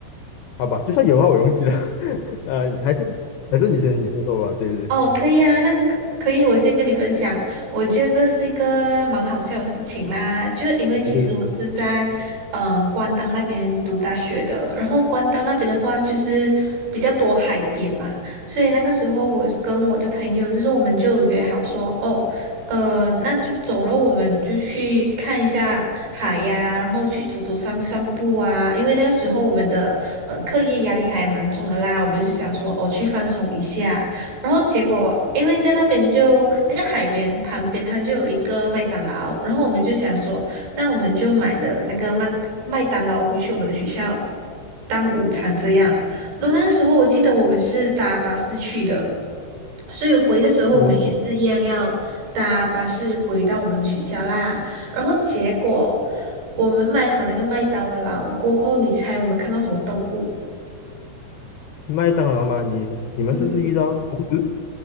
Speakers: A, on the left (about 70°); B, on the right (about 75°).
A: 好吧，就算有的话我也忘记了。<laughs> 呃，还是还是你先你先说吧。对对对，
B: 哦，可以啊，那可可以，我先跟你分享，我觉得这是一个蛮好笑的事情啦，就是因为其实我是在嗯关岛那边读大学的，
A: 哦对对对。
B: 然后关岛那边的话就是比较多海边嘛，所以那个时候我跟我的朋友就是我们就约好说，哦，呃，那就走了，我们就去看一下海呀，然后去走走散散步啊，因为那个时候我们的呃课业压力还蛮重的啦，我们就想说哦去放松一下。然后结果，因为在那边就那个海边旁边，它就有一个麦当劳，然后我们就想说，那我们就买了那个麦麦当劳回去我们的学校当午餐这样。然后那个时候我记得我们是搭巴士去的，所以回的时候我们也是一样要搭巴士回到我们的学校啦。
A: 哦，
B: 然后结果我们买好那个麦当劳过后，你猜我们看到什么动物？
A: 麦当劳吗？你你们是不是遇到猴子？
B: 嗯，